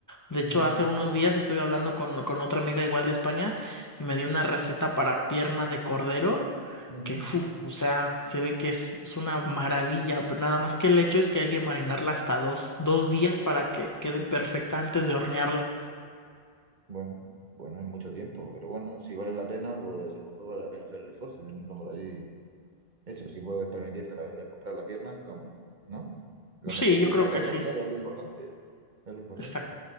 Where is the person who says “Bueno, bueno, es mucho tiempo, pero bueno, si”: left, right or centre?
Right